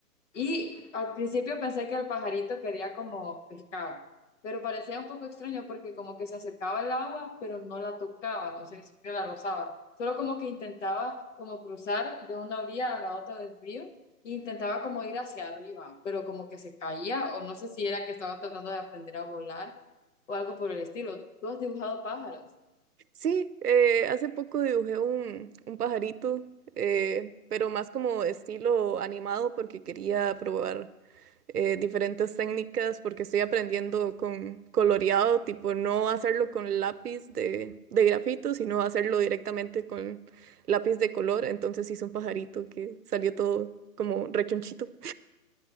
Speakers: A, on the left; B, on the right.
A: Y al principio pensé que el pajarito quería como pescado, pero parecía un poco extraño porque como que se acercaba al agua, pero no la tocaba, no sé ni siquiera la rozaba. Solo como que intentaba como cruzar de una orilla a la otra del río e intentaba como ir hacia arriba, pero como que se caía o no sé si era que estaba tratando de aprender a volar o algo por el estilo. ¿Tú has dibujado pájaros?
B: Sí, eh, hace poco dibujé un, un pajarito, eh, pero más como estilo animado porque quería probar eh, diferentes técnicas porque estoy aprendiendo con coloreado, tipo no hacerlo con lápiz de, de grafito, sino hacerlo directamente con lápiz de color. Entonces hice un pajarito que salió todo como rechonchito.